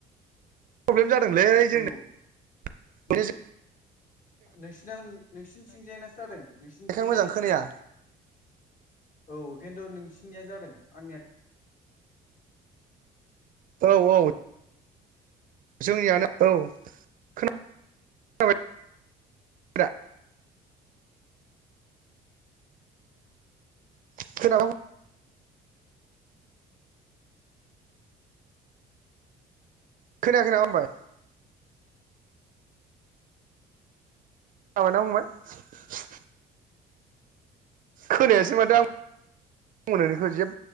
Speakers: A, on the right; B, on the left.
A: प्रब्लेम जादोंलै जोंना
B: औ
A: <unintelligible>
B: नों नोंसिनाव नोंसिनि थिंजायनासो जादों नोंसिनि
A: बेखायनो
B: थिंजायनासो
A: मोजां खोनाया
B: जादों औ किन्थु नोंसिनिया जादों आंनियाथ'
A: औ औ जोंनियानो औ <unintelligible> खोनाबाय <unintelligible> <unintelligible> खोनायाखै नामा होनबाय खोनाबायना फंबाय? खोनायासै माथो आं बो नोंनिखौ जेब